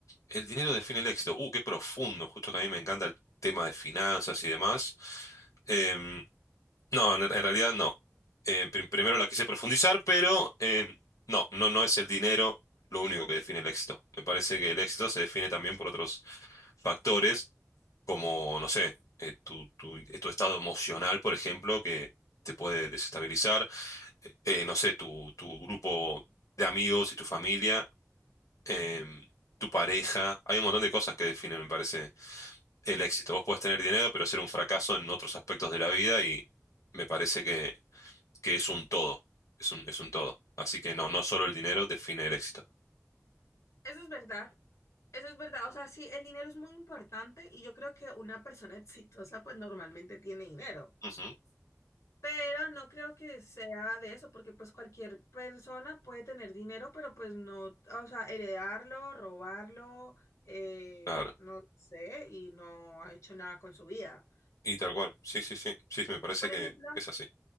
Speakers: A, on the left; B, on the left.
A: el dinero define el éxito. Uh, qué profundo, justo que a mí me encanta el tema de finanzas y demás. Em, no, en, en realidad no. Eh, prim- primero
B: ¿No?
A: la quise profundizar, pero em, no, no, no es el dinero lo único que define el éxito. Me parece que el éxito se define también por otros factores como, no sé, eh, tu, tu- eh, tu estado emocional, por ejemplo, que te puede desestabilizar, eh, no sé, tu, tu grupo de amigos y tu familia, em, tu pareja, hay un montón de cosas que definen, me parece, el éxito. Vos podés tener dinero, pero ser un fracaso en otros aspectos de la vida y me parece que, que es un todo, es un, es un todo. Así que no, no solo el dinero define el éxito.
B: Eso es verdad. Eso es verdad, o sea, sí, el dinero es muy importante y yo creo que una persona <laughs> exitosa pues normalmente tiene dinero,
A: Ujú,
B: pero no creo que sea de eso, porque pues cualquier persona puede tener dinero, pero pues no, o sea, heredarlo, robarlo, eh,
A: Claro.
B: no sé, y no ha hecho nada con su vida.
A: Y tal cual, sí, sí, sí, sí, me parece
B: Por
A: que
B: ejemplo,
A: es así.